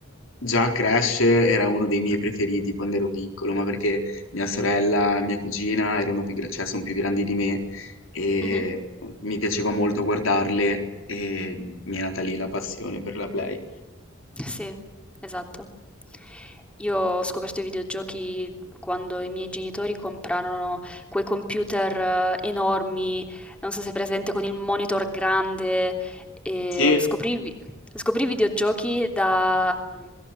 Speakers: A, on the left (about 75°); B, in the centre.
A: Già Crash era uno dei miei preferiti quando ero piccolo, ma perché mia sorella, mia cugina erano più, gra- cioè, sono più grandi di me e
B: Mh-mh.
A: mi piaceva molto guardarle e mi è nata lì la passione per la Play.
B: Sì, esatto. Io ho scoperto i videogiochi quando i miei genitori comprarono quei computer eh, enormi, non so se è presente, con il monitor grande. E
A: Sì,
B: scoprì, scoprì i videogiochi da, mm,